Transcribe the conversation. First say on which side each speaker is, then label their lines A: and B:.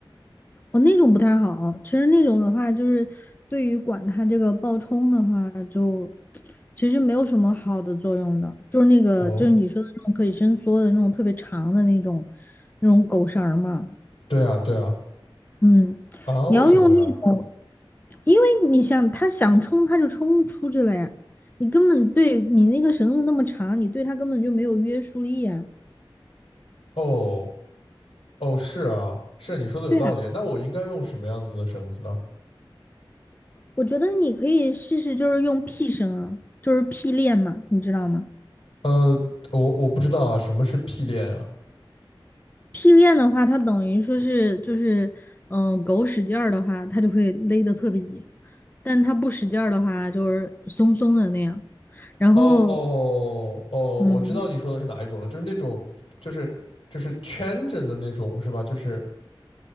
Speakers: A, on the left; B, on the left.
A: 哦，那种不太好。其实那种的话，就是对于管它这个爆冲的话，就其实没有什么好的作用的。就是那个，
B: 哦，
A: 就是你说的那种可以伸缩的那种特别长的那种那种狗绳儿嘛。
B: 对啊，对啊，
A: 嗯，
B: 啊，为什么呀？
A: 你要用那种，因为你想他想冲他就冲出去了呀，你根本对你那个绳子那么长，你对它根本就没有约束力呀。
B: 哦哦，是啊，是啊你说的有道理。
A: 对啊，
B: 那我应该用什么样子的绳子呢？
A: 我觉得你可以试试，就是用 P 绳啊就是 P 链嘛，你知道吗
B: 呃，我我不知道啊，什么是屁链啊？
A: ？P 链的话，它等于说是就是嗯，狗使劲儿的话，它就会勒得特别紧，但它不使劲儿的话，就是松松的那样。然后
B: 哦哦哦，
A: 嗯，
B: 我知道你说的是哪一种了，就是那种，就是就是圈着的那种，是吧？就是